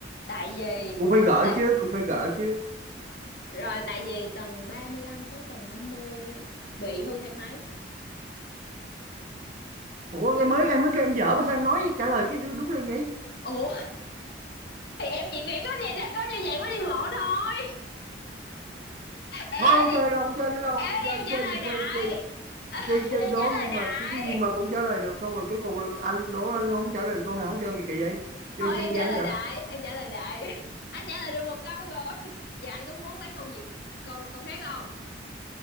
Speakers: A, on the left; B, on the right.
A: tại vì
B: cũng phải gỡ
A: tại
B: chứ cũng phải gỡ chứ
A: rồi tại vì tầng 35 tới tầng 50 bị hư thang máy
B: ủa
A: đúng
B: em
A: không
B: mới em mới kêu em dở mà sao em nói trả lời cái đứa đúng lên nhỉ
A: ủa thì em chỉ nghĩ có vậy là có như vậy mới đi bộ thôi ê
B: thôi không chơi đâu không chơi nữa đâu
A: ê
B: chơi
A: em trả
B: chơi
A: lời đại
B: chơi chơi
A: <laughs>
B: chơi chơi
A: em
B: đố
A: trả
B: gì
A: lời
B: mà
A: đại
B: cái cái gì mà cũng trả lời được xong rồi cuối cùng là anh đố anh không trả lời được câu nào hết trơn gì kỳ vậy chơi
A: thôi
B: chán
A: em
B: chán
A: trả lời
B: vậy
A: đại em trả lời đại anh trả lời được một câu rồi dạ anh có muốn lấy câu gì câu câu khác không